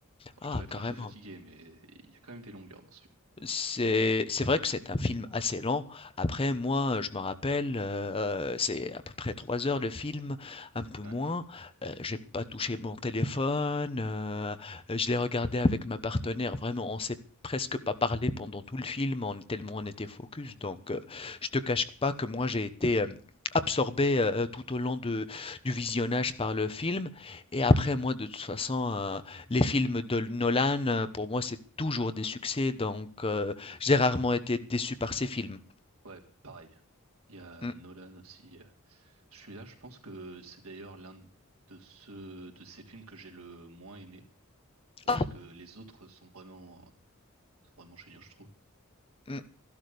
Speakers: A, on the right; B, on the left.
A: Bon,
B: Ah,
A: je devais être
B: carrément.
A: un peu fatigué, mais il y a quand même des longueurs dans ce film.
B: C'est c'est vrai que c'est un film assez lent. Après, moi, je me rappelle, heu, c'est à peu près 3 heures le film, un peu
A: Ouais.
B: moins. Heu, j'ai pas touché mon téléphone, heu, je l'ai regardé avec ma partenaire. Vraiment, on s'est presque pas parlé pendant tout le film, on tellement on était focus. Donc, heu, je te cache pas que moi, j'ai été, hem, absorbé, heu, tout au long de du visionnage par le film et après moi, de toute façon, euh, les films de Nolan, heu, pour moi, c'est toujours des succès, donc heu, j'ai rarement été déçu par ces films.
A: Ouais, pareil. Il y a
B: Mmh.
A: Nolan aussi. euh. Je suis là, je pense que c'est d'ailleurs l'un de ceux de ces films que j'ai le moins aimé. parce
B: Ah!
A: que les autres sont vraiment, sont vraiment géniaux, je trouve.
B: Mmh,